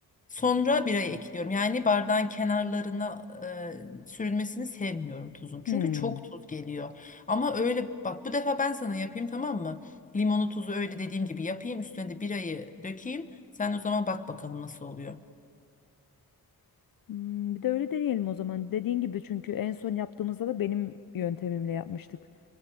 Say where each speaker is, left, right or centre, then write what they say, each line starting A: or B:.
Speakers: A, on the left; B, on the left.
A: sonra birayı ekliyorum. Yani bardağın kenarlarına e, sürülmesini sevmiyorum tuzun. Çünkü
B: Hmm.
A: çok tuz geliyor. Ama öyle bak bu defa ben sana yapayım tamam mı? Limonu tuzu öyle dediğim gibi yapayım. Üstüne de birayı dökeyim. Sen o zaman bak bakalım nasıl oluyor.
B: Hmm, bir de öyle deneyelim o zaman. Dediğin gibi çünkü en son yaptığımızda da benim yöntemimle yapmıştık.